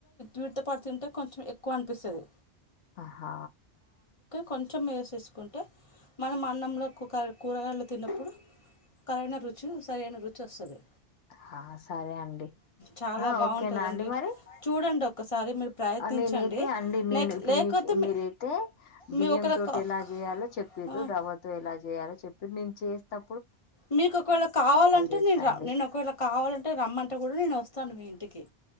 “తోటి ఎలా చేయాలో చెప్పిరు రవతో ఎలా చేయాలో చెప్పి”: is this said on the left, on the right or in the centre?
Left